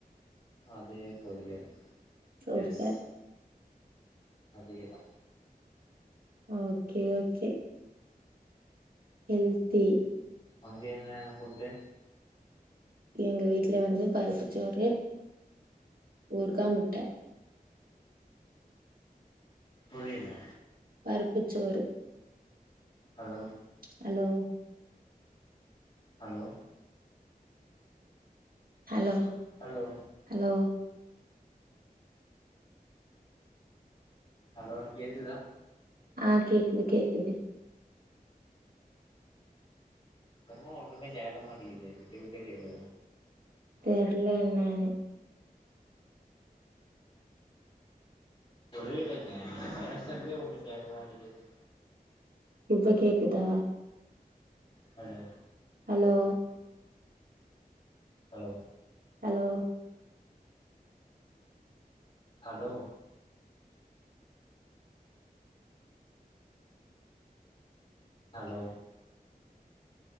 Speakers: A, on the left; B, on the right.
A: அதே பொரியல்
B: சூப்பர்.
A: எஸ் அதேதா
B: ஓகே ஓகே ஹெல்த்தி
A: அங்க என்ன ஃபுட்
B: எங்க வீட்ல வந்து பருப்புச்சோறு ஊருகா முட்ட
A: புரியல
B: பருப்புச்சோறு
A: hello
B: hello
A: hello
B: hello
A: hello
B: hello
A: hello கேக்குதா
B: ஆ கேக்குது கேக்குது
A: இப்பமு ஒண்ணுமே கேக்க மாட்டிது விட்டு விட்டு கேக்குது
B: தெர்ல என்னானு
A: புரியலங்க பேசுறதே ஒண்ணு கேட்க மாட்டேங்குது
B: இப்ப கேக்குதா
A: hello
B: hello
A: hello
B: hello
A: hello hello